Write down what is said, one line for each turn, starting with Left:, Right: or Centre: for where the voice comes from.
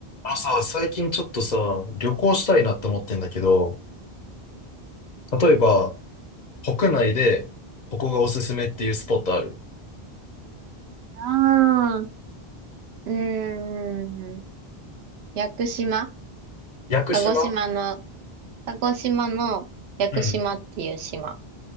Left: あのさ、最近ちょっとさ、旅行したいなって思ってんだけど、例えば、
Right: うん
Left: 国内で、ここがおすすめっていうスポットある
Right: ああ、うーん。屋久島
Left: 屋久島
Right: 鹿児島の、鹿児島の屋久島っていう島。
Left: うん。